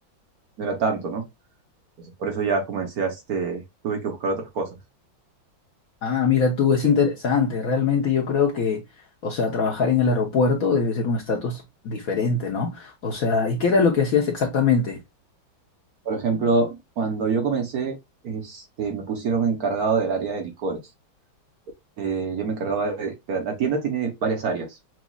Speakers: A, on the right; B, on the left.
A: no era tanto, ¿no? Entonces, por eso ya comencé a, este, tuve que buscar otras cosas.
B: Ah, mira tú, es
A: ¿Mm?
B: interesante. Realmente yo creo que, o sea, trabajar en el aeropuerto debe ser un estatus diferente, ¿no? O sea, ¿y qué era lo que hacías exactamente?
A: Por ejemplo, cuando yo comencé, este, me pusieron encargado del área de licores. Eh, yo me encargaba de, de- la tienda tiene varias áreas,